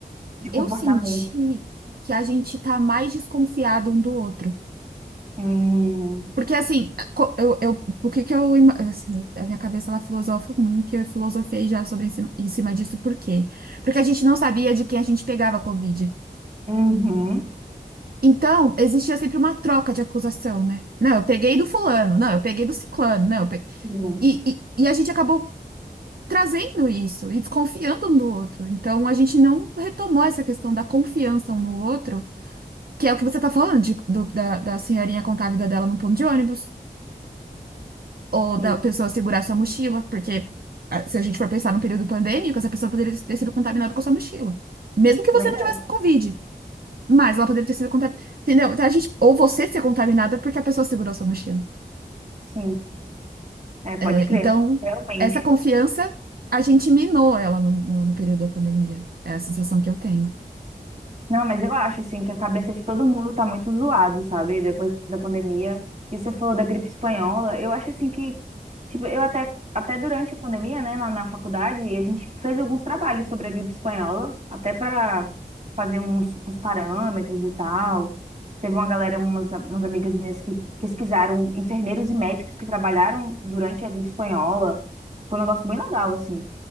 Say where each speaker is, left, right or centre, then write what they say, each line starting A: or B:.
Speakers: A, on the right (about 45°); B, on the right (about 65°).
A: de comportamento.
B: eu senti que a gente tá mais desconfiado um do outro.
A: Hum,
B: Porque, assim, co- eu, eu- o que que eu... ima- Assim, a minha cabeça, ela filosofa muito, e eu filosofei já sobre esse, em cima disso. Por quê? Porque a gente não sabia de quem a gente pegava a Covid.
A: uhum,
B: Então, existia sempre uma troca de acusação, né? Não, eu peguei do fulano. Não, eu peguei do ciclano. Não, eu peguei...
A: sim,
B: E, e, e a gente acabou trazendo isso e desconfiando um do outro. Então, a gente não retomou essa questão da confiança um no outro Que é o que você tá falando, de- do- da, da senhorinha contar a vida dela num ponto de ônibus, ou
A: sim,
B: da pessoa segurar sua mochila, porque ah, se a gente for pensar no período pandêmico, essa pessoa poderia ter sido contaminada com a sua mochila. Mesmo que você
A: É verdade,
B: não tivesse com Covid, mas ela poderia ter sido contaminada. Entendeu? Então, a gente, ou você ser contaminada porque a pessoa segurou sua mochila.
A: sim, é, pode
B: É,
A: crer,
B: então,
A: realmente.
B: essa confiança, a gente minou ela no, no- no período da pandemia. É a sensação que eu tenho.
A: Não, mas eu acho, assim, que a cabeça de todo mundo tá muito zoado, sabe? Depois da pandemia. E você falou da gripe espanhola. Eu acho, assim, que... Tipo, eu até, até durante a pandemia, né, na, na faculdade, a gente fez alguns trabalhos sobre a gripe espanhola. Até para fazer uns, uns parâmetros e tal. Teve uma galera, umas, umas amigas minhas que pesquisaram enfermeiros e médicos que trabalharam durante a gripe espanhola. Foi um negócio bem legal, assim.